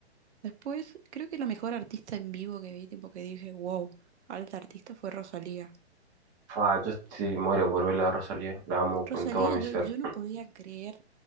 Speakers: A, on the right; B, on the right.
A: Después, creo que la mejor artista en vivo que vi, tipo que dije, wow, alta artista fue Rosalía.
B: Fa, yo sí muero por ver la Rosalía, la amo
A: Rosalía,
B: con todo mi
A: yo,
B: ser.
A: yo no podía creer.